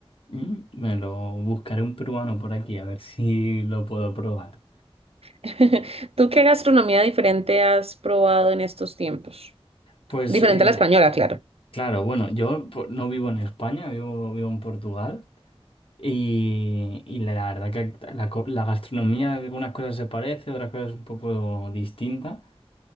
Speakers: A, on the left; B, on the right.
A: Mm, Me lo buscaré un peruano por aquí a ver si lo puedo probar.
B: <laughs> ¿Tú qué gastronomía diferente has probado en estos tiempos?
A: Pues
B: Diferente
A: eh,
B: a la española, claro.
A: claro, bueno, yo po- no vivo en España, vivo, vivo en Portugal. Y, y la verdad que la, co- la gastronomía, algunas cosas se parece, otras cosas un poco distinta